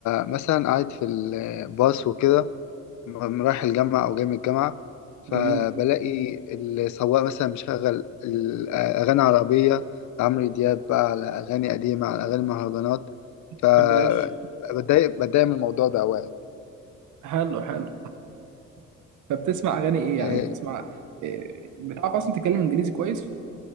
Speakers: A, on the left; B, on the right.
A: مثلا قاعد في الباص وكده م- رايح الجامعة أو جاي من الجامعة فبلاقي
B: جميل
A: السواق مثلا مشغل الأغاني العربية عمرو دياب بقى على أغاني قديمة على أغاني مهرجانات
B: ما
A: فبتضايق
B: بحبهاش
A: بتضايق من الموضوع ده أوقات
B: حلو حلو <laughs> فبتسمع اغاني ايه يعني
A: آه،
B: بتسمع إيه؟ بتعرف اصلا تتكلم انجليزي كويس